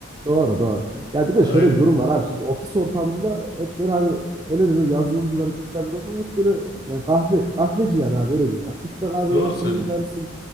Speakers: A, on the right (about 20°); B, on the left (about 55°).
A: Doğru doğru. Ya bir de
B: <laughs> Aynen.
A: şöyle bir durum var abi. Şimdi ofis ortamında hep böyle hani el ele böyle yazılımcılar, bilgisayarcılar falan hep böyle yani kahve kahveci yani abi öyle diyeyim. Ya filtre kahve
B: Doğru
A: yapanı
B: söylüyorsun.
A: mı dersin?